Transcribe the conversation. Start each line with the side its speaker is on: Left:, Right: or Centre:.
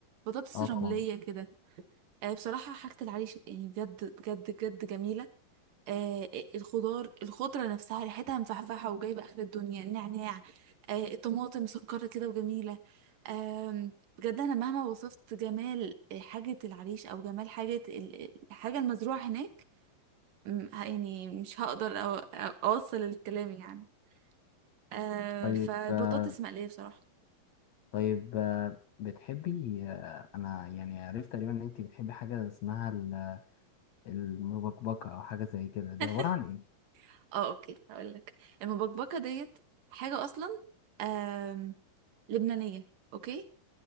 Right: بطاطس
Left: اه طبعا
Right: رمليه كده آه، بصراحه حاجه العريش يعني بجد بجد بجد جميله آه الخضار الخضرة نفسها ريحتها مفحفحة وجايبة آخر الدنيا النعناع آه الطماطم مسكرة كده وجميلة آم، بجد أنا مهما وصفت جمال حاجة العريش أو جمال حاجة ال- الحاجة المزروعة هناك م- يعني مش هقدر أو- أو- أوصل الكلام يعني آه
Left: طيب
Right: فبطاطس
Left: آه،
Right: مقلية بصراحة
Left: طيب آه، بتحبي آه، انا يعني عرفت تقريبا ان انت بتحبي حاجة اسمها ال- المبكبكة او حاجة زي كده دي
Right: <laughs>
Left: عبارة عن ايه؟
Right: اه اوكي هقول لك المبكبكه ديت حاجه اصلا آم لبنانيه اوكي